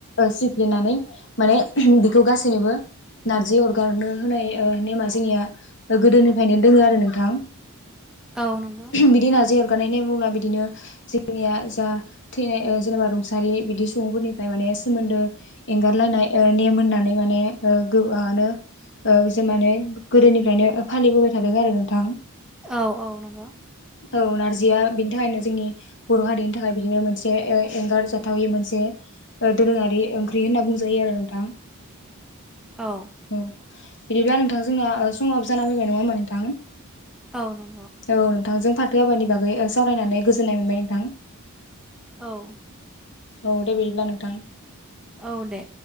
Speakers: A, on the left; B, in the centre.
A: सिफ्लिनानै माने बेखौ गासैनिबो नारजि अरगारनो होनाय नेमा जोंनिया गोदोनिफ्रायनो दोङो आरो नोंथां
B: औ नंगौ
A: बिदि नजि हरगानायनि मुङा बिदिनो जोंनिया जा थैनाय जेनेबा रुंसारि बिदि सुबुंफोरनिफ्राय माने सोमोन्दो एंगारलायनाय नेम होननानै माने गोबानो जों मे गोदोनिफ्रायनो फालिबोबाय थादों आरो नोंथां
B: औ औ नंगौ
A: औ नारजिया बेनि थाखायनो जोंनि बर' हारिनि थाखाय बिदिनो मोनसे एंगार जाथावि मोनसे दोरोङारि ओंख्रि होनना बुंजायो आरो नोंथां
B: औ
A: औ बिदिब्ला नोंथां जोंना समावाबो जाना फैबाय नङा होमबा नोंथां
B: औ नंगौ
A: औ नोंथांजों फाथो आाबानि बागै सावरायनानै गोजोननाय मोनबाय नोंथां
B: औ
A: औ दे बिदिब्ला नोंथां
B: औ दे